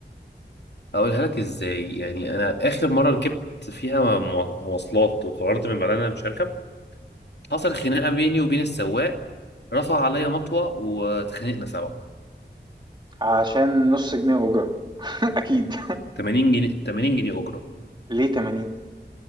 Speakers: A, on the left (about 70°); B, on the right (about 25°).
A: اقولها لك ازاي يعني انا اخر مره ركبت فيها مو- مواصلات وقررت من بعدها إن انا مش هركب حصلت خناقه بيني وبين السواق رفع عليا مطوه واتخانقنا سوا
B: عشان نص جنيه أجرة <laughs> أكيد
A: 80 جنيه 80 جنيه اجره
B: <laughs> ليه 80